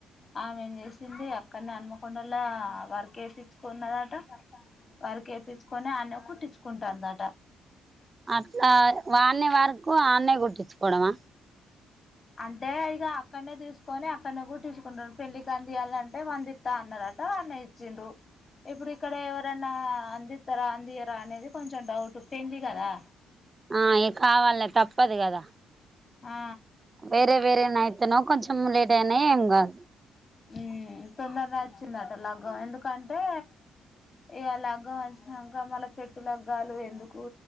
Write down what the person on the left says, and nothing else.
ఆమె ఏం చేసింది అక్కనే అన్మకొండలా వర్క్ ఏపించ్చుకున్నదంట వర్కేపిచుకొని ఆన్నే కుట్టించుకుంటాదట
అంటే ఇగ అక్కడ్నే తీసుకొని అక్కడ్నే గుట్టించుకుంటరు పెళ్ళి కందియాలంటే వందిత్తా అన్నదట అన్నే ఇచిండ్రు ఇప్పుడు ఇక్కడ ఎవరన్నా అందిత్తరా అందియరా అనేది కొంచెం డౌట్ పెండ్లి గదా
ఆ
ఉమ్ తొందర నచ్చిందట లగ్గం ఎందుకంటే ఇగ లగ్గం వచ్చినంక మళ్ళ పెట్టు లగ్గాలు ఎందుకు